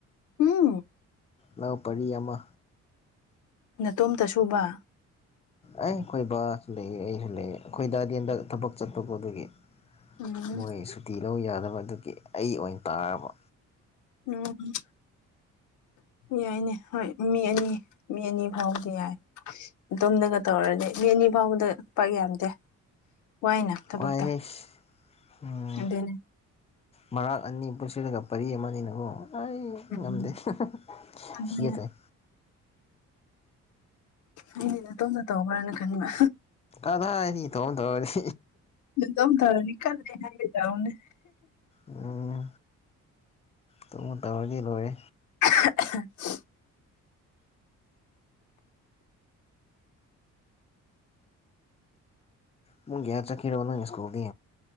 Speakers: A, on the left; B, on the left.
A: ꯍꯝ
B: ꯂꯧ ꯄꯔꯤ ꯑꯃ
A: ꯅꯇꯣꯝꯇ ꯁꯨꯕ
B: ꯑꯦ ꯑꯩꯈꯣꯏ ꯕꯥꯁꯨ ꯂꯩꯌꯦ ꯑꯩꯁꯨ ꯂꯩꯌꯦ ꯑꯩꯈꯣꯏ ꯗꯥꯗꯤ ꯍꯟꯗꯛ ꯊꯕꯛ ꯆꯠꯄꯀꯣ ꯑꯗꯨꯒꯤ
A: ꯎꯝ
B: ꯃꯣꯏ ꯁꯨꯇꯤ ꯂꯧ ꯌꯥꯗꯕ ꯑꯗꯨꯒꯤ ꯑꯩ ꯑꯣꯏꯅ ꯇꯥꯔꯕ
A: ꯎꯝ <unintelligible> ꯌꯥꯏꯅꯦ ꯍꯣꯏ ꯃꯤ ꯑꯅꯤ ꯃꯤ ꯑꯅꯤ ꯐꯥꯎꯕꯗꯤ ꯌꯥꯏ ꯑꯗꯣꯝꯗꯅ ꯇꯧꯔꯗꯤ ꯃꯤ ꯑꯅꯤ ꯐꯥꯎꯕꯗ ꯄꯥꯛ ꯌꯥꯝꯗꯦ ꯋꯥꯏꯅ ꯊꯕꯛꯇꯣ
B: ꯋꯥꯏꯍꯦ ꯎꯝ
A: ꯑꯗꯨꯅꯤ
B: ꯃꯔꯥꯛ ꯑꯅꯤ ꯄꯨꯟꯁꯤꯜꯂꯒ ꯄꯔꯤ ꯑꯃꯅꯤꯅꯀꯣ ꯑꯩ
A: ꯎꯝ
B: ꯉꯝꯗꯦ <unintelligible>
A: ꯑꯗꯨꯅꯦ
B: ꯁꯝꯒꯦ ꯇꯧꯏ
A: ꯑꯩꯗꯤ ꯅꯇꯣꯝꯗ ꯇꯧꯕ꯭ꯔꯅ ꯈꯟꯕ
B: ꯑꯗ ꯏꯇꯣꯝ ꯇꯣꯔꯗꯤ
A: ꯅꯇꯣꯝ ꯇꯧꯔꯗꯤ ꯀꯟꯂꯦ ꯍꯥꯏꯒꯦ ꯇꯧꯕꯅꯤ
B: ꯎꯝ ꯇꯧꯔꯗꯤ ꯇꯧꯔꯗꯤ ꯂꯣꯏꯔꯦ
A: <unintelligible>
B: ꯄꯨꯡ ꯀꯌꯥ ꯆꯠꯀꯦꯔꯣ ꯅꯪꯒꯤ ꯏꯁꯀꯨꯜꯗꯤ